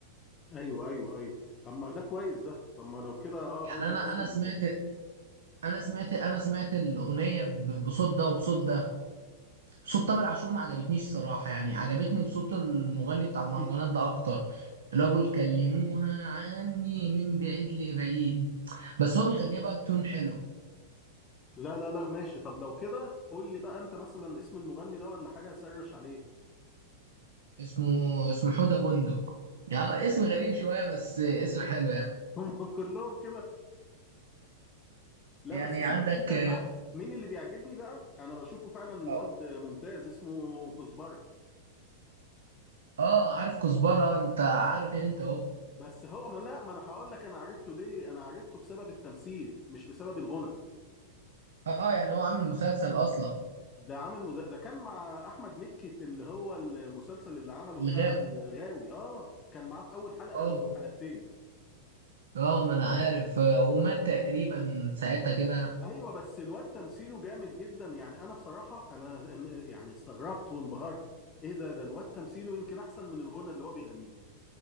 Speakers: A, on the left; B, on the right.
A: ايوه ايوه ايوه طب ما ده كويس ده طب ما لو كده اه
B: يعني
A: قول
B: انا
A: لي اسم
B: انا
A: ال...
B: سمعت انا سمعت انا سمعت الأغنية ب- بصوت ده وبصوت ده صوت تامر عاشور ما عجبتنيش صراحة يعني عجبتني بصوت المغني بتاع المهرجانات
A: <laughs>
B: ده أكتر اللي هو بيقول كلموها عني من بعيد لبعيد بس هو بيغنيها بقى بتون حلو
A: لا لا لا ماشي طب لو كده قول لي بقى انت مثلا اسم المغني ده ولا حاجه سرش عليه
B: اسمه اسمه حودة بندق يعني اسم غريب شوية بس اسم حلو يعني
A: هم <laughs> كلهم كده لا
B: يعني
A: بس سيبك
B: عندك
A: انت انت عارف مين اللي بيعجبني بقى انا بشوفه فعلا الواد
B: اه
A: ممتاز اسمه كزبره
B: آه، عارف كزبرة انت عارف انت اهو
A: بس هو ما لا ما انا هقول لك انا عرفته ليه انا عرفته بسبب التمثيل مش بسبب الغنى
B: اه يعني هو عامل مسلسل اصلا
A: ده عامل مز... ده كان مع احمد مكي في اللي هو المسلسل اللي عمله
B: الغاوي
A: بتاع الغاوي اه كان معاه في اول حلقه
B: اه
A: او حلقتين
B: اه ما انا عارف آه، ومات تقريبا ساعتها كده
A: ايوه بس الواد تمثيله جامد جدا يعني انا بصراحه انا يعني استغربت وانبهرت ايه ده ده الواد تمثيله يمكن احسن من الغنى اللي هو بيغنيه